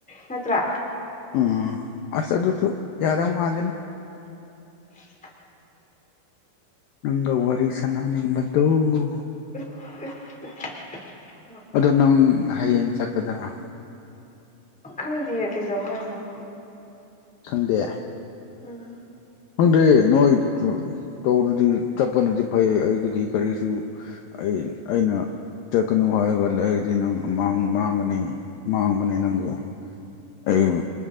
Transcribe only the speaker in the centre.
ꯅꯠꯇ꯭ꯔꯥ
ꯑꯣ
<inaudible>
ꯈꯪꯗꯌꯦ ꯀꯩꯗꯧ ꯍꯥꯏꯅꯣꯅ
ꯎꯝ